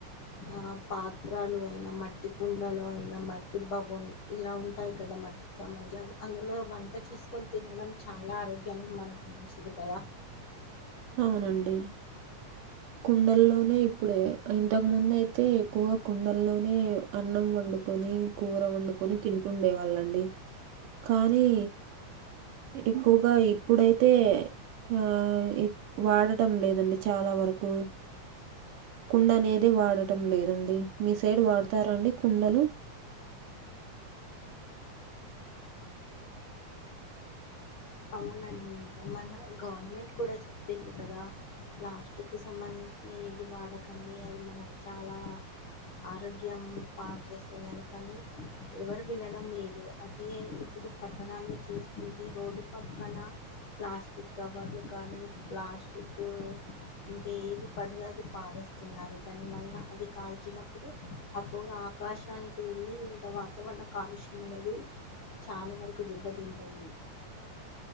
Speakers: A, on the left; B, on the right.
A: ఆ పాత్రాలు అయిన, మట్టి కుండలు అయినా, మట్టి బగొన్ ఇలా ఉంటాయి కదా మద్ సమాజం అందులో వంట చేస్ కోన్ తినడం చాలా ఆరోగ్యానికి మనక్ మంచిది కదా
B: అవునండి. కుండల్లోనే ఇప్పుడే ఇంతక్ ముందైతే ఎక్కువ కుండల్లోనే అన్నం వండు కొని కూర వండుకొని తింటుండే వాళ్ళండి కానీ ఎక్కువగ ఇప్పుడైతే ఆ ఇ వాడటం లేదండి చాలా వరకు కుండ అనేది వాడటం లేదండి మీ సైడ్ వాడతారా అంది కుండలు
A: అవునండి ఇంకా మన గవర్నమెంట్ కూడా చెప్పింది కదా ప్లాస్టిక్కి సంబంధించినై ఏది వాడకండి అది మనకి చాలా ఆరోగ్యం పాడు చేస్తుందని కనీ ఎవరు వినడం లేదు. అదే ఇప్పుడు పట్టణాల్లో చూస్కుంటే రోడ్డు పక్కన ప్లాస్టిక్ కవర్లు కానీ ప్లాస్టిక్ ఇంకా ఏది పడిన అది పాడేస్తున్నారు దాని వల్ల అది కాల్చినప్పుడు ఆ పొగ ఆకాశానికి వెళ్ళి ఇంకా వాతావరణ కాలుష్యం అనేది చాలా వరకు దెబ్బ తింటుంది.